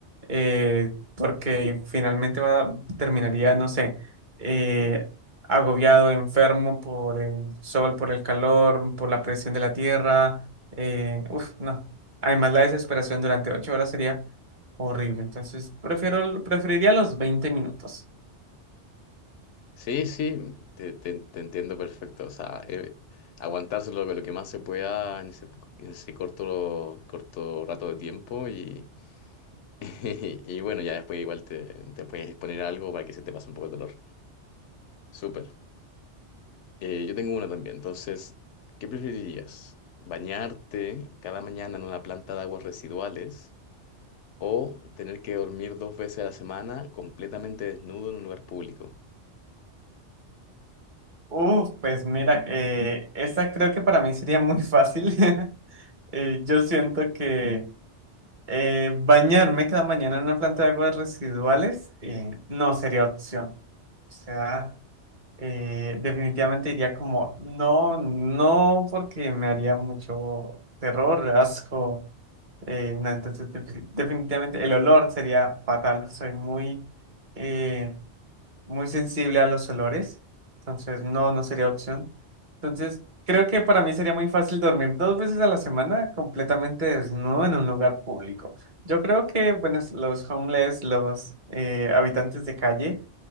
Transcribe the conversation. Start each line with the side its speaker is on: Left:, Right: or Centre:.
Right: eh, porque finalmente va- terminaría, no sé, eh, agobiado, enfermo por el sol, por el calor, por la presión de la tierra. eh, uf, no. Además, la desesperación durante 8 horas sería Horrible, entonces prefiero, preferiría los 20 minutos.
Left: Sí, sí, te, te- te entiendo perfecto. O sea, eh, aguantarse lo, lo que más se pueda en ese, en ese corto, corto rato de tiempo y, <laughs> y bueno, ya después igual te, te puedes poner algo para que se te pase un poco el dolor. Súper. Eh, yo tengo una también. Entonces, ¿qué preferirías? ¿Bañarte cada mañana en una planta de aguas residuales o tener que dormir dos veces a la semana completamente desnudo en un lugar público?
Right: Uf, pues mira, eh, esa creo que para mí sería muy fácil. <laughs> Eh, yo siento que eh, bañarme cada mañana en una planta de aguas residuales eh, no sería opción. O sea, eh, definitivamente diría como, no, no, porque me haría mucho terror, asco. Eh, no, entonces defi- definitivamente el olor sería fatal. Soy muy... eh, muy sensible a los olores, entonces no, no sería opción. Entonces, creo que para mí sería muy fácil dormir dos veces a la semana completamente desnudo en un lugar público. Yo creo que, bueno, los homeless, los eh, habitantes de calle,